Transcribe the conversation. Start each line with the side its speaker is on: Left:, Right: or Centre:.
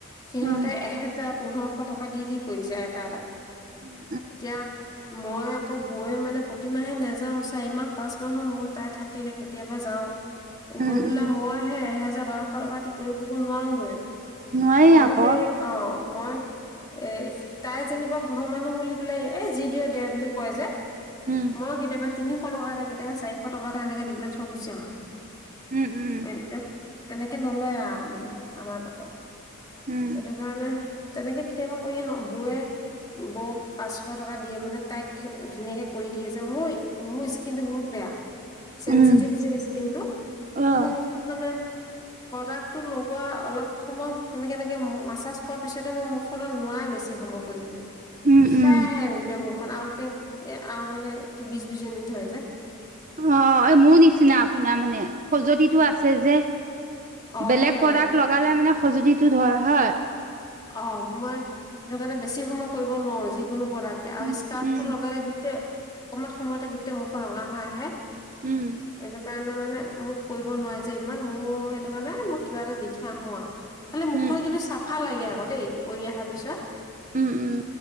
Left: সিহঁতে
Right: উম।
Left: এহে জাৰ পোন্ধৰশ টকা দি দি কৰি যায় এটা এটা,
Right: উম,
Left: এতিয়া মই আকৌ বৈ মানে প্ৰতিমাহে নাযাওঁ চাৰিমাহ পাঁচ মাহৰ মুৰত তাই থাকিলে কেতিয়াবা যাওঁ। গৈ
Right: উম,
Left: পেলাই
Right: উম,
Left: মই সে এহেজাৰ বাৰশ টকা কৰিবগৈ নোৱাৰোগৈ।
Right: নোৱাৰি
Left: মই
Right: আকৌ
Left: সেই অ'। মই এ তাই যেনিবা ঘৰ মানুহ বুলি পেলাই এ যি দিয়ে দে বুলি কয় যে।
Right: উম,
Left: মই কেতিয়াবা তিনিশ টকা এটা কেতিয়াবা চাৰিশ টকা এটা এনেকে দি পেলাই থৈ গুচি আহো।
Right: উম উম।
Left: এ তেনেকে নলয় আৰু মানে আমাৰ তাৰপৰা,
Right: উম।
Left: সেইটো কাৰণে তেনেকে কেতিয়াবা কৰি আহো বৌয়ে বৌক পাঁচশ টকা দিয়ে মানে তাইক ধুনীয়াকে কৰি দিয়ে যে মোৰ মোৰ স্কিনটো বহুত বেয়া। চেনচিটিভ
Right: উম,
Left: যে স্কিনটো,
Right: অ',
Left: মোৰ মুখত মানে প্ৰডাক্টটো লগোৱা অলপ সময় সেনেকে এনেকে মাছাজ কৰাত তাৰপিছতে মোৰ মুখখনত নোৱাৰ বেছি সময় কৰিবলৈ,
Right: উম,
Left: বিষাই
Right: উম।
Left: আহে গোটেই মুখ আকে আৰু মানে কি বিজ বিজন ধৰি যায়।
Right: অ' এই মোৰ নিচিনা আপোনাৰ, মানে খজতিটো আছে যে।
Left: অ
Right: বেলেগ
Left: সেইয়াই
Right: প্ৰডাক্ট লগালে মানে খজুলিটো ধৰে হয়
Left: অ' মই সেইটো কাৰণে বেছি সময় কৰিব নোৱাৰো যিকোনো প্ৰডাক্ট, আৰু
Right: উম,
Left: স্কাৰ্ফ
Right: উম,
Left: টো লগালে গোটেই অকমান সময়তে গোটেই মুখৰ ৰঙা হৈ আহে
Right: উম।
Left: এনেকুৱা কাৰণে মানে মোক কৰিব নোৱাৰি যে ইমান মোৰ সেইটো কাৰণে মই কিবা এটা দি থৈ আহো আৰু। খালি মুখখন
Right: উম
Left: কিন্তু
Right: উম
Left: চাফা লাগে আকৌ দেই কৰি অহাৰ পিছত,
Right: উম উম